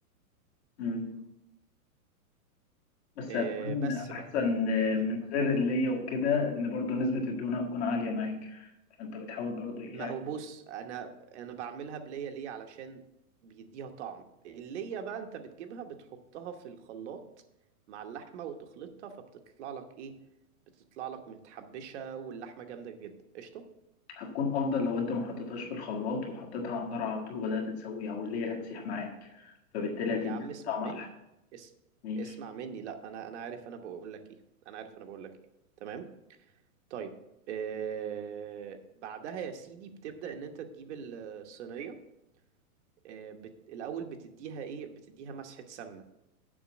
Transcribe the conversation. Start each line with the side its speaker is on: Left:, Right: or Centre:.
Left: مم. بس
Right: آه،
Left: هتكون
Right: بس
Left: أحسن
Right: بقى
Left: آه،
Right: مم.
Left: من غير اللي هي وكده إن برضه نسبة الدهون هتكون عالية معاك انت بتحاول برضو إيه
Right: ما
Left: يعني
Right: هو بص انا انا بعملها بلية ليه علشان بيديها طعم اللية بقى انت بتجيبها بتحطها في الخلاط مع اللحمة وتخلطها فبتطلع لك ايه بتطلع لك متحبشة واللحمة جامدة جدا قشطة
Left: هتكون افضل لو انت ما حطيتهاش في الخلاط وحطيتها على النار على طول وبدات تسويها واللي هي هتسيح معاك فبالتالي هتدي
Right: يا عم اسمع
Left: طعم
Right: مني
Left: احلى
Right: اس...
Left: ماشي
Right: اسمع مني لا انا انا عارف انا بقول لك ايه انا عارف انا بقول لك ايه تمام طيب آه... بعدها يا سيدي بتبدأ ان انت تجيب الصينية آه، بت... الأول بتديها إيه بتديها مسحة سمنة